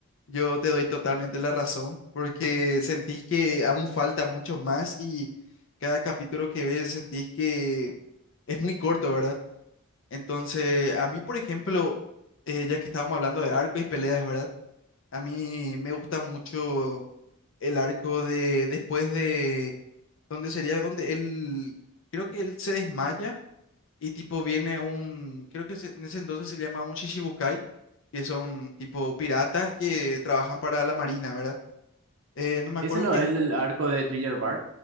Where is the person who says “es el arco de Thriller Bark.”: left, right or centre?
Right